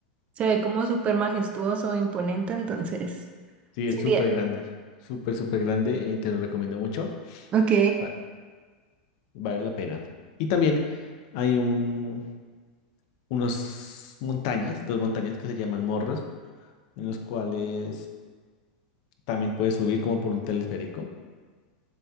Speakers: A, on the right; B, on the left.
A: Se ve como súper majestuoso, imponente, entonces
B: Sí,
A: sería.
B: es súper grande, súper, súper grande, eh, te lo recomiendo mucho,
A: Ok,
B: ah, vale la pena. Y también hay un, unos montañas, dos montañas que se llaman morros, en los cuales también puedes subir como por un teleférico